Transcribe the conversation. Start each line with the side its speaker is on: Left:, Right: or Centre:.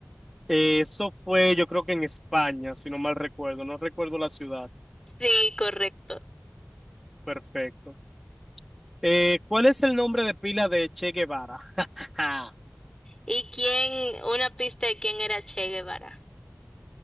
Centre: Eh, Eso fue, yo creo que en España, si no mal recuerdo. No recuerdo la ciudad.
Left: Sí, correcto.
Centre: Perfecto. Eh, ¿cuál es el nombre de pila de Che Guevara? <laughs>
Left: ¿Y quién, una pista de quién era Che Guevara?